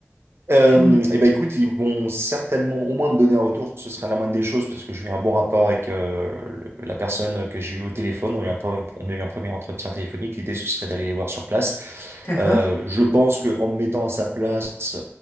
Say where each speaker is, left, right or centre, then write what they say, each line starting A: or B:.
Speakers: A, on the right (about 70°); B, on the left (about 60°).
A: Euh,
B: Tu en es.
A: eh ben écoute, ils vont certainement au moins me donner un retour, ce sera la moindre des choses, parce que j'ai eu un bon rapport avec euh, le- la personne que j'ai eu au téléphone. On a eu un, pre- on a eu un premier entretien téléphonique. L'idée, ce serait d'aller les voir sur place.
B: D'accord.
A: Euh, je pense que en me mettant à sa place,